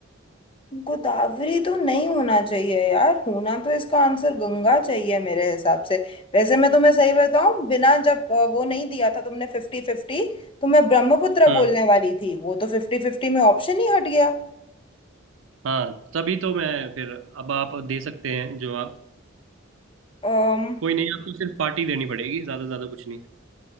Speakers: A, on the left; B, on the right.
A: गोदावरी तो नहीं होना चाहिए यार होना तो इसका आंसर गंगा चाहिए मेरे हिसाब से वैसे मैं तुम्हें सही बताऊं बिना जब अ, वो नहीं दिया था तुमने फिफ्टी फिफ्टी तो मैं ब्रह्मपुत्र
B: हम्म
A: बोलने वाली थी वो तो फिफ्टी फिफ्टी में ऑप्शन ही हट गया
B: हाँ तभी तो मैं फिर अब आप दे सकते हैं जो आप
A: अम्म
B: कोई नहीं आपको सिर्फ पार्टी देनी पड़ेगी ज्यादा ज्यादा कुछ नहीं